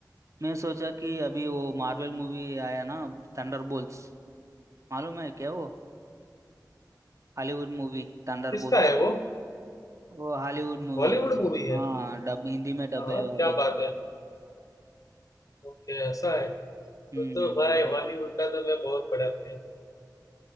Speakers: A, on the right; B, on the left.
A: मैं सोचा कि अभी वो मार्वल मूवी आया ना थंडरबोल्ट्स मालूम है क्या वो हॉलीवुड मूवी थंडरबोल्ट्स
B: किसका है वो
A: वो हॉलीवुड मूवी
B: बॉलीवुड
A: है
B: मूवी है
A: हाँ डब हिंदी में डब
B: हाँ
A: है
B: हाँ,
A: वो अभी
B: क्या बात है ओके ऐसा है तो
A: हम्म
B: तो भाई बॉलीवुड का तो मैं बहुत बड़ा फैन हूँ